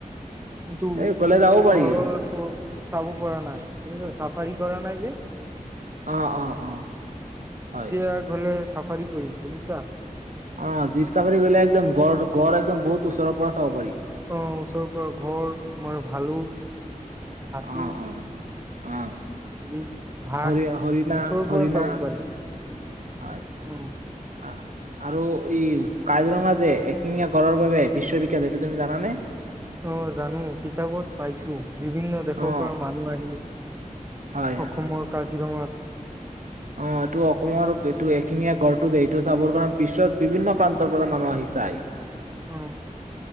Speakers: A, on the right; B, on the right.
A: কিন্তু
B: এই গ'লে যাব পাৰি
A: গড় চাব পৰা নাই, চাফাৰী কৰা নাই যে।
B: অ, অ, অ। হয়
A: এতিয়া গ'লে চাফাৰী কৰিম, বুজিছা!
B: অ, জীপ চাফাৰী কৰিলে একদম গড়ৰ গড় একদম বহুত ওচৰৰ পৰা চাব পাৰি।
A: অ', ওচৰৰ পৰা গড়, তোমাৰ ভালুক হাতী,
B: অ', অ', অ',
A: হেৰি বাঘ
B: হৰি-হৰিণা,
A: ওচৰৰ পৰা
B: হৰিণা
A: চাব পাৰি।
B: <unintelligible>
A: উম,
B: আৰু ই কাজিৰঙা যে, এশিঙীয়া গড়ৰ বাবে বিশ্ববিখ্যাত, এইটো তুমি জানানে?
A: অ', জানো। কিতাপত পাইছো। বিভিন্ন দেশৰ
B: অ
A: পৰা মানুহ আহি
B: হয়
A: অসমৰ
B: হয়
A: কাজিৰঙাত
B: অ', এইটো অসমৰ, এইটো এশিঙীয়া গড়টো যে, এইটো চাবৰ কাৰণে বিশ্বৰ বিভিন্ন প্ৰান্তৰ পৰা মানুহ আহি চায়।
A: অ।